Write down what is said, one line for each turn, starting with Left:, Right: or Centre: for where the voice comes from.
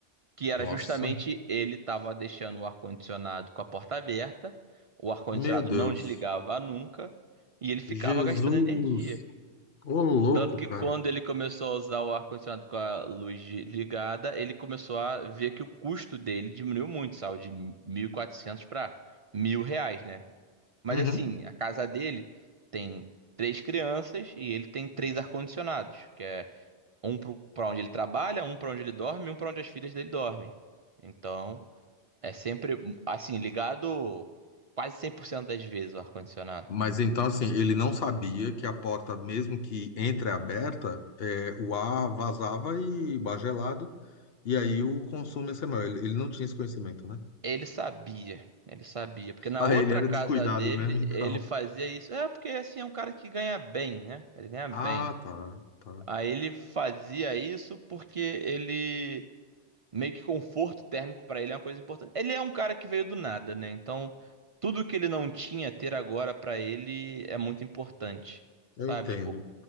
Right: que era
Left: Nossa,
Right: justamente ele estava deixando o ar-condicionado com a porta aberta, o ar-condicionado
Left: meu Deus.
Right: não desligava nunca, e ele ficava
Left: Jesus.
Right: gastando energia.
Left: Ô, louco,
Right: Tanto que
Left: cara.
Right: quando ele começou a usar o ar-condicionado com a luz de- ligada, ele começou a ver que o custo dele diminuiu muito, saiu de 1.400 para mil reais, né? Mas
Left: Uhum.
Right: assim, a casa dele tem três crianças e ele tem três ar-condicionados, que é um para onde ele trabalha, um para onde ele dorme e um para onde as filhas dele dormem. Então, é sempre, assim, ligado quase 100% das vezes o ar-condicionado.
Left: Mas então, assim, ele não sabia que a porta, mesmo que entreaberta, é, o ar vazava e o ar gelado, e aí o consumo ia ser maior. Ele, ele não tinha esse conhecimento, né? <laughs>
Right: Ele sabia, ele sabia, porque na
Left: Ah,
Right: outra
Left: ele era
Right: casa
Left: descuidado
Right: dele
Left: mesmo, então.
Right: ele fazia isso. É porque assim é um cara que ganha bem, né? Ele ganha
Left: Ah,
Right: bem.
Left: tá, tá.
Right: Aí ele fazia isso porque ele meio que conforto térmico pra ele é uma coisa importante. Ele é um cara que veio do nada, né? Então tudo que ele não tinha ter agora pra ele é muito importante,
Left: Eu
Right: sabe?
Left: entendo.
Right: Tipo,